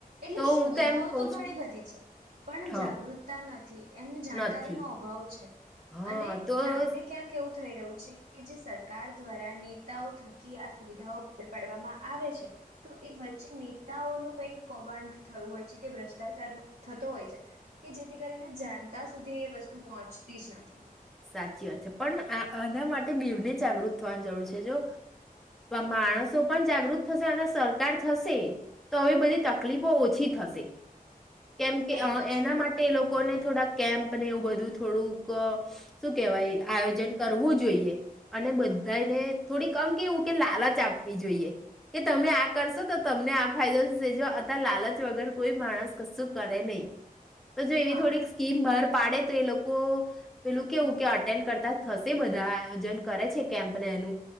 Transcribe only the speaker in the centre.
તો
હું એમ કઉ
છું
હા
નથી
હા
તો હમ
સાચી વાત છે પણ આ આના માટે બેવને જાગૃત થવાની જરૂર છે જો માણસો પણ જાગૃત થશે અને સરકાર થશે તો હવે બધી તકલીફો ઓછી થશે કેમ કે
અ
એના
માટે એ લોકોને થોડાક કેમ્પ ને એવું બધું થોડુંક શું કેહેવાય આયોજન કરવું જોઈએ અને બધાને થોડી કમ કેવું કે લાલચ આપવી જોઈએ કે તમે આ કરશો તો તમને આ ફાયદોજો અ લાલચ વગર કોઈ માણસ કશું કરે નહી. તો જો એવી
થોડીક સ્કીમ બહાર પાડે તો એ લોકો પેલું કેવું કે અટેન્ડ કરતા થશે બધા આયોજન કરે છે કેમ્પ ને એનું